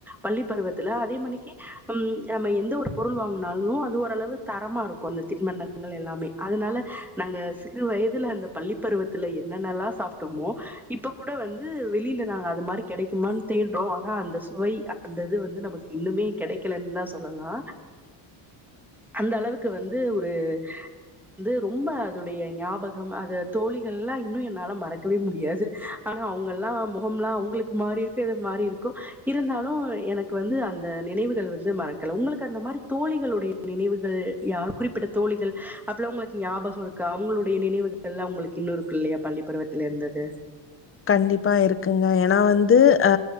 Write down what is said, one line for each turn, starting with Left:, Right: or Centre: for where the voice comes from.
Centre: பள்ளி பருவத்துல அதே மணிக்கு ம் நம்ம எந்த ஒரு பொருள் வாங்குனாலு அது ஓரளவு தரமா இருக்கு அந்த தின்பண்டங்க கள் எல்லாமே அதனால நாங்க சிறு வயதுல அந்த பள்ளிப்பருவத்துல என்னென்னல்லா சாப்ட்டோமோ இப்ப கூட வந்து வெளில நாங்க அது மாரி கெடைக்குமான் தேடுறோ ஆனா அந்த சுவை அந்த இது வந்து நமக்கு இன்னுமே கெடைக்கலன் தா சொல்லலா அந்த அளவுக்கு வந்து ஒரு வந்து ரொம்ப அதுடைய ஞாபகம் அத தோழிகள்ல்லா இன்னு என்னால மறக்கவே முடியாது ஆனா அவங்கல்லா முக எல்லா அவங்களுக்கு மாறி இருக்கு இது மாறி இருக்கு இருந்தாலு எனக்கு வந்து அந்த நினைவுகள் வந்து மறக்கல உங்களுக்கு அந்த மாரி தோழிகளுடைய நினைவுகள் யார் குறிப்பிட்ட தோழிகள் அப்பல்லா உங்களுக்கு ஞாபகோ இருக்கா அவங்களுடைய நினைவுகள்ல்லா உங்களுக்கு இன்னு இருக்குல்லையா பள்ளி பருவத்துல இருந்தது
Left: கண்டிப்பா இருக்குங்க ஏனா வந்து அ